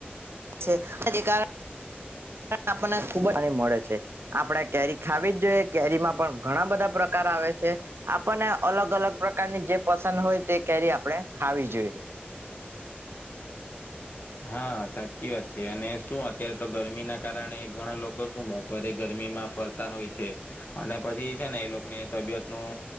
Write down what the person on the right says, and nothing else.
કારણ આપણને ખૂબ જ મળે છે આપણે કેરી ખાવી જ જોઈએ કેરીમાં પણ ઘણા બધા પ્રકાર આવે છે આપણને અલગ અલગ પ્રકારની જે પસંદ હોય તે કેરી આપણે ખાવી જોઈએ.